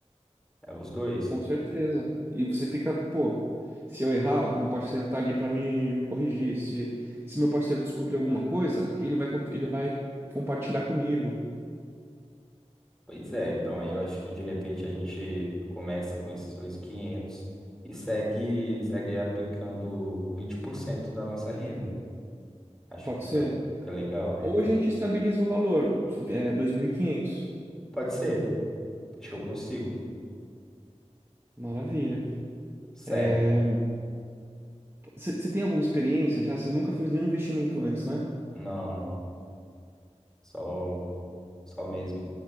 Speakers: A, in the centre; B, on the right.
A: é os dois.
B: Com certeza. E você fica, pô, se eu errar, o meu parceiro tá ali pra me, me corrigir. Se, se meu parceiro descobrir alguma coisa, ele vai, cont- ele vai compartilhar comigo.
A: Pois é, então aí eu acho que de repente a gente começa com esses 2.500 e quinhentos e segue, segue aplicando 20% da nossa renda. Acho
B: Pode
A: que fica,
B: ser?
A: fica legal, né?
B: Ou a gente estabiliza um valor, é, 2.500.
A: Pode ser, acho que eu consigo.
B: Maravilha.
A: Certo.
B: É, Você tem alguma experiência já? Você nunca fez nenhum investimento antes, né?
A: Não, não. Só, só mesmo